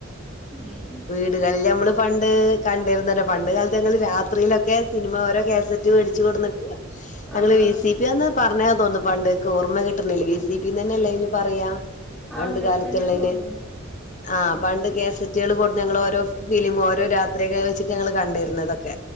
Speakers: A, in the centre; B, on the left (about 40°).
A: ഉം
B: വീട്കളിൽ നമ്മള് പണ്ട് കണ്ടിര്ന്നല്ലോ പണ്ട് കാലത്ത് ഞങ്ങള് രാത്രിയിലൊക്കെ സിനിമ ഓരോ കേസ റ്റ് വേടിച്ച് കൊടുന്നിട്ട് ഞങ്ങള്
A: ആഹ്
B: വിസിഡി
A: ആഹ്
B: അന്ന് പറഞ്ഞത് തോന്നുന്നു പണ്ട് ഇൻക്ക് ഓർമ്മ കിട്ട്ണില്ല വി സി ബിന്ന് തന്നെയല്ലേ അയിന് പറയാ
A: ആഹ്
B: പണ്ട്
A: അങ്ങനെ
B: കാലത്ത്ള്ളേന്
A: തന്നെയാ തോന്നുന്നു
B: ആഹ് പണ്ട് കേസറ്റേള് കൊട്ന്ന് ഞങ്ങള് ഓരോ ഫിലിം ഓരോ രാത്രിയൊക്കെ വെച്ചിട്ട് ഞങ്ങള് കണ്ടിര്ന്നതൊക്കെ